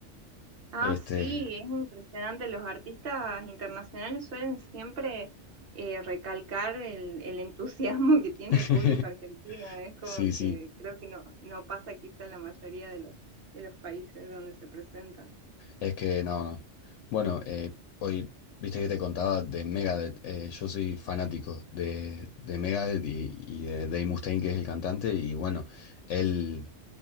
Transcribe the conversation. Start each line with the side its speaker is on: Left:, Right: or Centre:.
Right: Ah,
Left: Este,
Right: sí, es impresionante. Los artistas internacionales suelen siempre eh, recalcar el, el entusiasmo que tiene
Left: <laughs>
Right: el público argentino. ¿eh? Es como
Left: sí, sí,
Right: que creo que no, no pasa quizá en la mayoría de los, de los países donde se presentan.
Left: es que no, no. Bueno, eh, hoy, viste que te contaba de Megadeth. eh, yo soy fanático de, de Megadeth y, y de Dave Mustaine, que es el cantante, y bueno, él